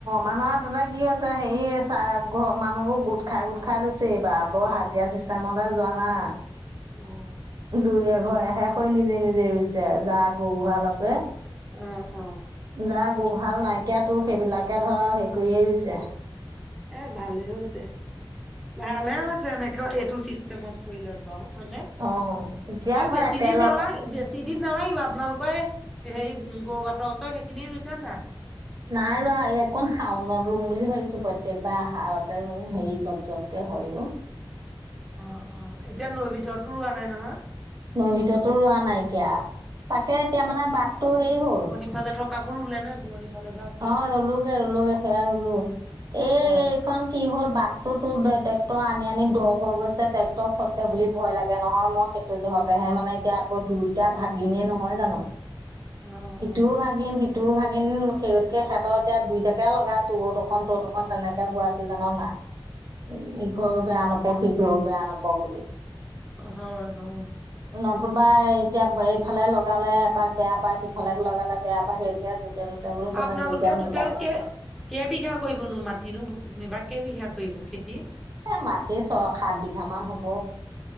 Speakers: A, on the right; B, in the centre.
A: মানুহ আৰু তাতে কি হৈছে হেৰি চ ঘ মানুহবোৰ গোট খাই গোট খাই লৈছে এইবাৰ বৰ হাজিৰা চিষ্টেমলে যোৱা নাই।
B: অ,
A: দুই এঘৰ এ হৈ নিজে নিজে ৰুইছে যা গৰুহাল আছে।
B: অ, অ,
A: যাৰ গৰুহাল নাইকিয়া তোৰ সেইবিলাকে ধৰ হেৰি কৰিয়ে ৰুইছে।
B: এ ভালে হৈছে ভালহে হৈছে এনেকে এইটো চিষ্টেমত কৰি লত বাৰু। হয় নে
A: অঁ এতিয়া
B: ধৰক
A: ধৰ
B: বেছি
A: একেলগ
B: দিন নালাগে। বেচি দিন নালাগিব আপোনালোকে হেৰি গৰু বাটৰ ওচৰ সেইখিনি ৰুইছে নে নাই।
A: নাই ৰোৱা, এইকণ শাওনত ৰুম বুলি ভাবিছো, প্ৰত্যেকবাৰ আহাৰতে ৰুও, হেৰি জপ-জপ কে হয় অ।
B: অ-অ, এতিয়া নৈ ভিতৰতো ৰোৱা নাই নহয়?
A: নৈ ভিতৰতো ৰোৱা নাইকিয়া, তাকে এতিয়া মানে বাটটো হেৰি হ'ল।
B: ইফালে থকাবোৰ ৰোলে নে, দূৰণি ফালে যে আছিলে?
A: অ ৰোলোগে, ৰোলোগে সেইয়া ৰোলো, এই
B: অ',
A: এইখন কি হ'ল, বাটটো তোৰ ট্ৰেক্টৰ আনি-আনি দ হৈ গৈছে, ট্ৰেক্টৰ ফচে বুলি ভয় লাগে নহয় মই যহতেহে মানে এতিয়া আকৌ দুইটা ভাগিনেই নহয় জানো
B: <inaudible> অ',
A: ইটোও
B: অ',
A: ভাগিন, সিটোও ভাগিন <unintelligible> সেহতৰ এতিয়া দুইটাকে লগাইছো অৰ অকন, তত অকন, তেনেকে বোৱাইছো জান নাই। উম ইঘৰো
B: হয়,
A: বেয়া নাপাওক, সিঘৰো বেয়া নাপাওক বুলি।
B: হয়-হয়।
A: নতুবা এতিয়া এইফালে লগালে এ তাক বেয়া পায়, সিফালে লগালে বেয়া পায়, সেই এতিয়া য'তে-ত'তে বোলো তহঁতে
B: আপোনালোকে
A: দুইটাই মিলাই
B: টুটেল
A: বাই
B: কে
A: থাক
B: কেইবিঘা কৰিবনো মাটিনো, এবাৰ কেইবিঘা কৰিব খেতি?
A: এ মাটি ছয়-সাত বিঘা মান হ'ব।